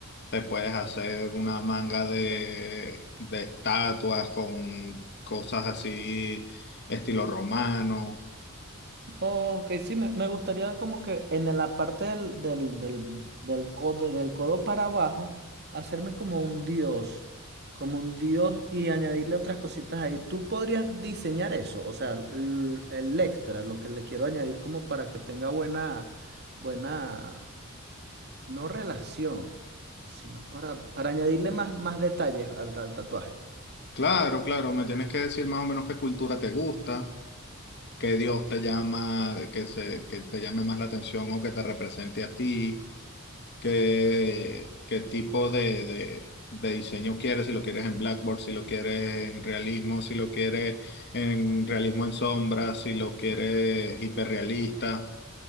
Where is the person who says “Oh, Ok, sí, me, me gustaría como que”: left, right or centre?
Right